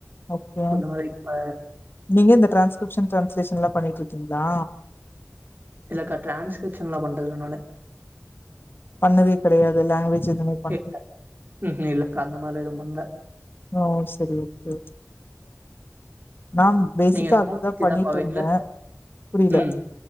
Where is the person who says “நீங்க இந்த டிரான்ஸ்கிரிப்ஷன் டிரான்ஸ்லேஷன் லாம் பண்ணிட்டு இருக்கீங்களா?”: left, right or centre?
Left